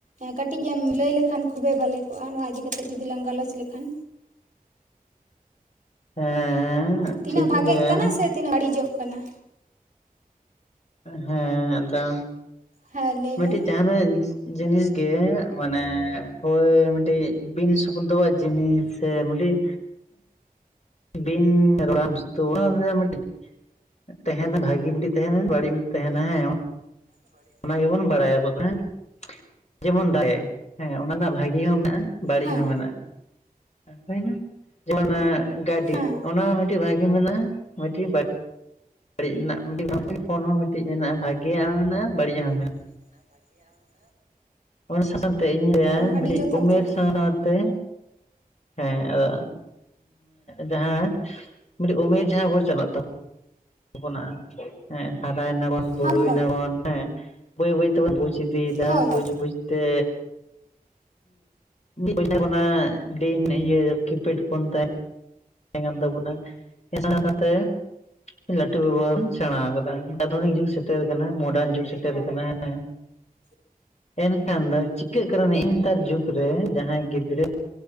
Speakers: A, on the right; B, on the left.
A: ᱠᱟᱴᱤᱡ ᱮᱢ ᱞᱟᱹᱭ ᱞᱮᱠᱷᱟᱱ ᱠᱷᱩᱵᱮᱭ ᱵᱷᱟᱞᱮᱼᱼ ᱠᱚᱜᱼᱟ ᱱᱚᱣᱟ ᱤᱫᱤ ᱠᱟᱛᱮᱜ ᱡᱩᱫᱤ ᱞᱟᱝ ᱜᱟᱞᱚᱪ ᱞᱮᱠᱷᱟᱱ
B: ᱦᱮᱸ
A: ᱛᱤᱱᱟᱹᱜ
B: ᱴᱷᱤᱠ
A: ᱵᱷᱟᱜᱮᱜ
B: ᱜᱮᱭᱟ
A: ᱠᱟᱱᱟ ᱥᱮ ᱛᱤᱱᱟᱹᱜ ᱵᱟᱹᱲᱤᱡᱚᱜ ᱠᱟᱱᱟ?
B: ᱦᱮᱸ ᱟᱫᱚ
A: ᱦᱮᱸ ᱞᱟᱹᱭ
B: ᱢᱤᱫᱴᱤᱡ
A: ᱢᱮ
B: ᱡᱟᱦᱟᱱᱤᱡ ᱡᱤᱱᱤᱥ ᱜᱮ ᱢᱟᱱᱮ ᱦᱳᱭ ᱢᱤᱫᱴᱤᱡ ᱵᱤᱱ ᱥᱚᱵᱫᱚᱣᱟᱜ ᱡᱤᱱᱤᱥ ᱥᱮ ᱢᱤᱫᱴᱤᱡᱼᱼ ᱵᱤᱱ ᱨᱚᱲᱟᱱ <unintelligible> ᱦᱮᱸ ᱢᱤᱴᱤᱡ ᱛᱟᱸᱦᱮᱱᱟ ᱵᱷᱟᱜᱤ ᱢᱤᱫᱴᱤᱡ ᱛᱟᱸᱦᱮᱱᱟ ᱵᱟᱹᱲᱤᱡ ᱢᱤᱫᱴᱤᱡ ᱛᱟᱸᱦᱮᱱᱟ ᱦᱮᱸ
A: <unintelligible>
B: ᱚᱱᱟ ᱜᱮᱵᱚᱱ ᱵᱟᱲᱟᱭᱟ ᱟᱵᱚ ᱫᱚ ᱦᱮᱸᱼᱼ ᱡᱮᱢᱚᱱ ᱫᱟᱨᱮ ᱦᱮᱸ ᱚᱱᱟ ᱨᱮᱱᱟᱜ ᱵᱷᱟᱜᱤ ᱦᱚᱸ ᱢᱮᱱᱟᱜᱼᱟ ᱵᱟᱲᱤᱡ
A: ᱦᱮᱸ
B: ᱦᱚᱸ ᱢᱮᱱᱟᱜᱼᱟ ᱾ ᱚᱠᱟᱭ ᱱᱟ ᱡᱮᱢᱚᱱ ᱚᱱᱮ ᱜᱟᱰᱤ
A: ᱦᱮᱸ
B: ᱚᱱᱟ ᱦᱚᱸ ᱢᱤᱫᱴᱤᱡ ᱵᱷᱟᱜᱤ ᱢᱤᱱᱟᱜ-ᱟ ᱢᱤᱫᱴᱤᱡ ᱵᱟ ᱵᱟᱹᱲᱤᱡ ᱨᱮᱱᱟᱜ ᱢᱤᱫ <inaudible> ᱲᱤᱡ ᱨᱮᱱᱟᱜ ᱠᱷᱳᱱ ᱦᱚᱸ ᱢᱤᱫᱴᱤᱡ ᱢᱮᱱᱟᱜᱼᱟ ᱵᱷᱟᱜᱤᱭᱟᱜ ᱦᱚᱸ ᱢᱮᱱᱟᱜᱼᱟ ᱵᱟᱲᱤᱡᱟᱜ ᱦᱚᱸ ᱢᱮᱱᱟᱜᱼᱟ
A: ᱵᱷᱟᱜᱤᱭᱟᱜ
B: ᱾
A: ᱦᱚ ᱢᱮᱱᱟᱜᱼᱟ
B: ᱚᱱᱟ ᱥᱟᱶᱛᱮ ᱤᱧᱨᱮ
A: ᱟᱹᱰᱤ
B: ᱢᱤᱫᱴᱤᱡ
A: ᱡᱚᱛᱷᱟᱛ
B: ᱩᱢᱮᱨ
A: ᱠᱟᱛᱷᱟ
B: ᱥᱟᱶᱛᱮᱼᱼ ᱦᱮᱸ ᱟᱫᱚ ᱡᱟᱦᱟᱸ ᱢᱤᱫᱴᱮᱱ ᱩᱢᱮᱨ ᱡᱟᱦᱟᱸ ᱵᱚ ᱪᱟᱞᱟᱜᱼᱼ ᱛᱟᱵᱚᱱᱟ ᱦᱮᱸ ᱦᱟᱨᱟᱭ ᱱᱟᱵᱚᱱ ᱵᱩᱨᱩᱭ
A: ᱦᱳᱭ ᱦᱳᱭ
B: ᱱᱟᱵᱚᱱ ᱦᱮᱸ ᱵᱟᱹᱭ ᱵᱟᱹᱭ ᱛᱮᱵᱚᱱ ᱵᱩᱡ ᱤᱫᱤᱭᱼᱼ ᱮ
A: ᱦᱳᱭ ᱦᱳᱭ
B: ᱵᱩᱡᱽ ᱵᱩᱡᱽ ᱛᱮᱼᱼ ᱩ ᱵᱚᱱᱟ ᱫᱤᱱ ᱤᱭᱟᱹ ᱠᱤᱯᱮᱰ ᱯᱷᱳᱱ ᱛᱮᱼᱼ ᱛᱟᱦᱮᱸ ᱠᱟᱱ ᱛᱟᱵᱚᱱᱟ ᱤᱱᱟᱹ ᱥᱟᱶ ᱥᱟᱶᱛᱮᱼᱼ ᱞᱟᱹᱴᱩ ᱵᱮᱵᱚᱦᱟᱨ ᱵᱚᱱ ᱥᱮᱬᱟ ᱠᱟᱫᱟ ᱟᱫᱷᱩᱱᱤᱠ ᱡᱩᱜᱽ ᱥᱮᱴᱮᱨ ᱠᱟᱱᱟ ᱢᱚᱰᱟᱨᱱ ᱡᱩᱜᱽ ᱥᱮᱴᱮᱨ ᱠᱟᱱᱟ ᱮᱸᱼᱼ
A: <inaudible>
B: ᱮᱱᱠᱷᱟᱱ ᱫᱚ ᱪᱤᱠᱟᱹᱜ ᱠᱟᱱᱟ ᱱᱮᱜ ᱱᱮᱛᱟᱨ ᱡᱩᱜᱽ ᱨᱮ ᱡᱟᱦᱟᱭ ᱜᱤᱫᱽᱨᱟᱹᱼᱼ